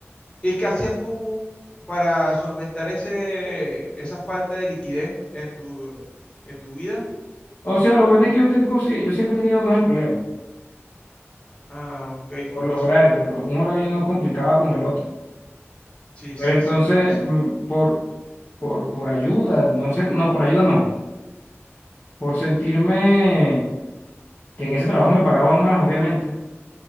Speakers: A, on the left; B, on the left.
A: ¿Y qué hacías tú para solventar ese, esa falta de liquidez en tu, en tu vida?
B: O sea, lo bueno es que yo, tengo, sí- yo siempre he tenido dos empleos
A: Ah, ok, con
B: por
A: razón.
B: los horarios. lo- un horario no complicaba con el otro.
A: Sí,
B: Pero
A: sí,
B: entonces,
A: sí, con razón.
B: mm, por, por, por ayuda, no sé, no, por ayuda no. Por sentirme que en ese trabajo me pagaban más, obviamente.